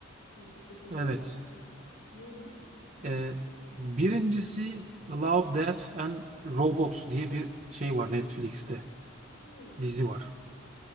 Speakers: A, on the left (about 85°); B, on the right (about 40°).
A: ilgi çekici
B: Evet.
A: olan. Neymiş?
B: e, birincisi Love, Death and Robots diye bir şey var Netflix'te.
A: Hmm.
B: Dizi var.